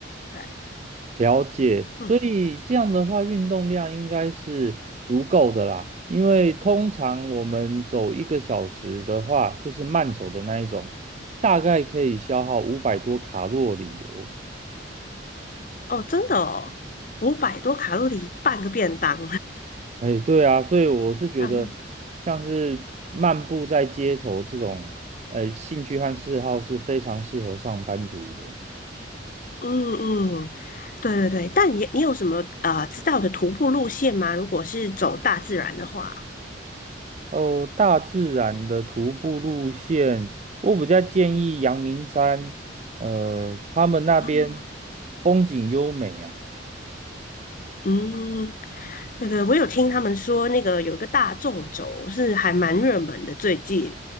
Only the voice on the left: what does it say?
对，
嗯，
哦，真的哦，五百多卡路里半个便当，
<laughs>
嗯嗯，对对对，但你你有什么呃知道的徒步路线吗？如果是走大自然的话
啊，
嗯，对对，我有听他们说那个有一个大纵走是还蛮热门的最近，